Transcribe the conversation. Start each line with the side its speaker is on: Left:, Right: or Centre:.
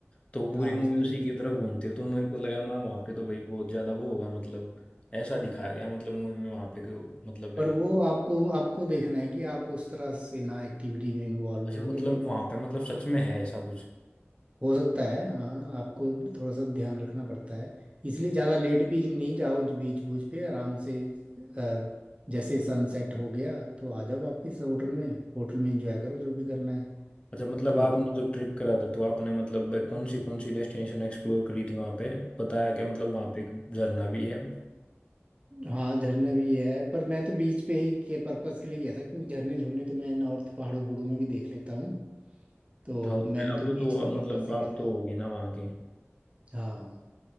Left: तो पूरी
Right: हाँ
Left: मूवी
Right: उससे
Left: उसी
Right: बच
Left: की तरफ घूमती है तो मेरे को लगा मैं वहाँ पे तो भाई बहुत ज्यादा वो होगा मतलब ऐसा दिखाया गया मतलब मूवी में वहाँ पे को- मतलब
Right: पर
Left: है
Right: वो आपको आपको देखना है कि आप उस तरह से ना एक्टिविटी में इन्वॉल्व
Left: अच्छा
Right: हो
Left: मतलब
Right: कहीं पे
Left: वहाँ
Right: बस
Left: पे मतलब सच में है ऐसा कुछ
Right: हो सकता है हाँ आपको थोड़ा सा ध्यान रखना पड़ता है इसलिए ज़्यादा लेट भी नहीं जाओ बीच बूच पे आराम से अ, जैसे सनसेट हो गया तो आ जाओ वापस होटल में होटल में एंजॉय करो जो भी करना है
Left: अच्छा मतलब
Right: तो
Left: आपने
Right: इधर
Left: जब ट्रिप करा था तो आपने मतलब कौन सी कौन सी डेस्टिनेशन एक्सप्लोर करी थी वहाँ पे बताया क्या मतलब वहाँ पे एक झरना भी है
Right: हाँ झरना भी है पर मैं तो बीच पे ही के पर्पस के लिए गया था क्योंकि झरने झुरने तो मैं नॉर्थ पहाड़ों बूढ़ों में भी देख लेता हूँ तो
Left: हाँ,
Right: मैंने
Left: वो
Right: तो बीच
Left: तो
Right: के
Left: मतलब
Right: पर्पस से
Left: आप
Right: गया
Left: तो
Right: था
Left: होगी ना वहाँ के
Right: हाँ